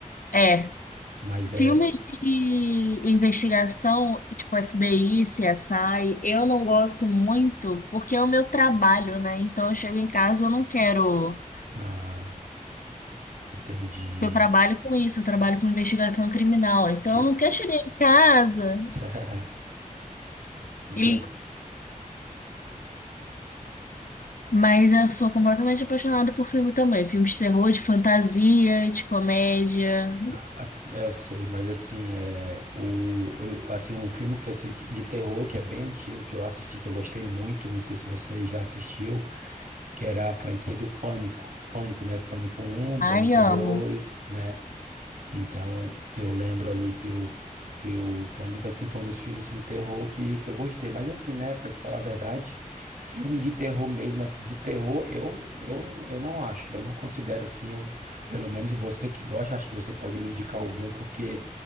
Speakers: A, on the left (about 75°); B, on the right (about 90°).
A: É,
B: Mas é.
A: Filmes de investigação, tipo FBI, CSI, eu não gosto muito porque é o meu trabalho, né? Então eu chego em casa, eu não quero.
B: Ah, entendi.
A: Eu trabalho com isso, eu trabalho com investigação criminal. Então
B: Que...
A: eu não quero chegar em casa
B: <laughs> Entendi.
A: e. Mas eu sou completamente apaixonada por filme também. Filmes de terror, de fantasia, de comédia.
B: Ah, assim, é, eu sei, mas assim, é o, eu- assim, um filme que assim que- de terror que é bem antigo, que eu assisti, que eu gostei muito, não sei se você já assistiu, que era a franquia do Pânico. Pânico, né? Pânico um,
A: Ai,
B: Pânico
A: amo.
B: 2 né? Então, eu lembro ali que o, que o Pânico, assim, foi um dos filmes assim, de terror que, que eu gostei. Mas assim, né, pra te falar a verdade, filme de terror mesmo, assim, de terror, eu, eu, eu não acho. Eu não considero assim, eu, pelo menos você que gosta, acho que você pode me indicar algum, porque